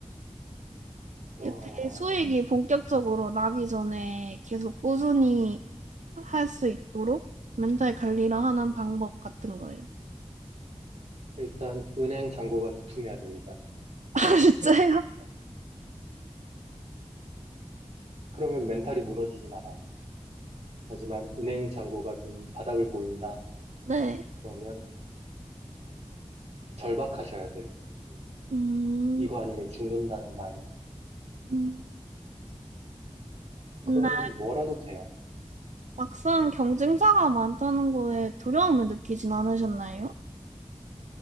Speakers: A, on the right; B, on the right.
A: 어,
B: 이렇게 수익이 본격적으로 나기 전에 계속 꾸준히 할 수 있도록 멘탈 관리를 하는 방법 같은 거예요.
A: 일단 은행 잔고가 두툼해야 됩니다.
B: <laughs> 아, 진짜요?
A: 그러면 멘탈이 무너지진 않아요. 하지만 은행 잔고가 좀 바닥을 보인다.
B: 네.
A: 그러면 절박하셔야 돼요. 음,
B: 음,
A: 이거 아니면 죽는다는 마인드로.
B: 음.
A: 그러면
B: 근데
A: 뭐라도 돼요.
B: 막상
A: 음,
B: 경쟁자가 많다는 거에 두려움을 느끼진 않으셨나요?